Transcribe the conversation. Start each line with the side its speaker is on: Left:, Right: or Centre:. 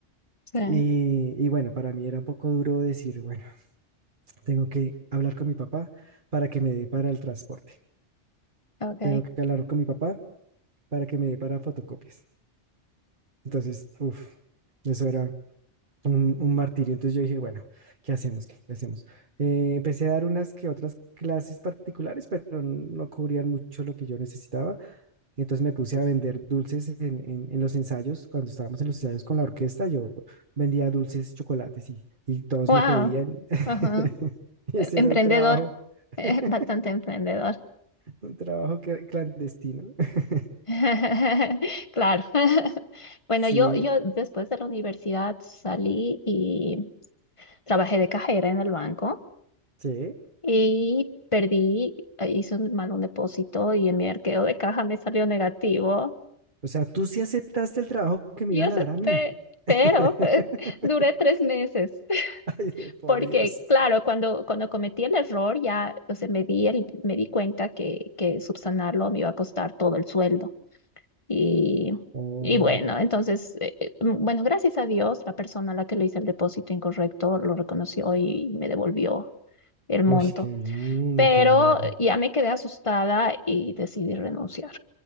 Left: Sí.
Right: y, y bueno, para mí era un poco duro decir, bueno, tengo que hablar con mi papá para que me dé para el transporte,
Left: Okay.
Right: tengo que hablar con mi papá para que me dé para fotocopias. Entonces, uff, eso era un, un martirio. Entonces yo dije, bueno, ¿qué hacemos? ¿Qué hacemos? Eh, empecé a dar unas que otras clases particulares, pero no cubrían mucho lo que yo necesitaba. Entonces me puse a vender dulces en, en- en los ensayos. Cuando estábamos en los ensayos con la orquesta, yo vendía dulces, chocolates y, y todos
Left: Wow.
Right: me pedían. <laughs>
Left: Ajá.
Right: Y
Left: E-
Right: ese
Left: Emprendedor.
Right: era un trabajo, <laughs>
Left: <laughs> Bastante emprendedor.
Right: un trabajo que- clandestino. <laughs>
Left: <laughs> Claro. <laughs> Bueno,
Right: Sí,
Left: yo, yo después de la universidad salí y trabajé de cajera en el banco
Right: sí.
Left: y perdí, eh, hice un mal un depósito y en mi arqueo de caja me salió negativo
Right: O sea, tú sí aceptaste el trabajo que me
Left: y
Right: iban
Left: acepté,
Right: a dar a mí.
Left: pero
Right: <laughs>
Left: <laughs> duré tres meses.
Right: <laughs> Ay, de por
Left: Porque,
Right: Dios.
Left: claro, cuando, cuando cometí el error, ya, o sea, me di, el- me di cuenta que, que subsanarlo me iba a costar todo el sueldo. Y,
Right: Oh,
Left: y bueno, entonces, eh, eh, m- bueno, gracias a Dios, la persona a la que le hice el depósito incorrecto lo reconoció y me devolvió el
Right: uy,
Left: monto.
Right: qué bien,
Left: Pero
Right: qué bien.
Left: eh, ya me quedé asustada y decidí renunciar.